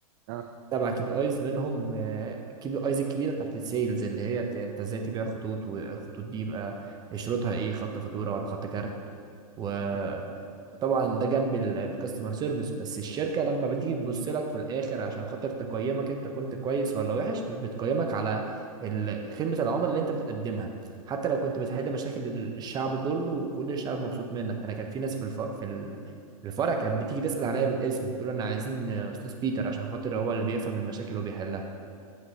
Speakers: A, on the right; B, on the right.
A: اه
B: تبع كي بي ايز منهم آه، كي بي ايز الكبيره بتاعت السيلز اللي هي ت- انت ازاي تبيع خطوط والخطوط دي يبقى شروطها ايه خط فاتوره ولا خط كارت وطبعا
A: امم
B: ده جنب الكاستمر سيرفيس بس الشركه لما بتيجي تبص لك في الاخر عشان خاطر تقيمك انت كنت كويس ولا وحش مش بتقيمك على ال- خدمه العملاء اللي انت بتقدمها حتى لو كنت بتحل
A: امم
B: مشاكل ال- الشعب كله وكل الشعب مبسوط منك انا كان في ناس في الف... في ال- الفرع كانت بتيجي تسال عليا بالاسم تقول انا عايزين استاذ بيتر عشان خاطر هو اللي بيفهم المشاكل وبيحلها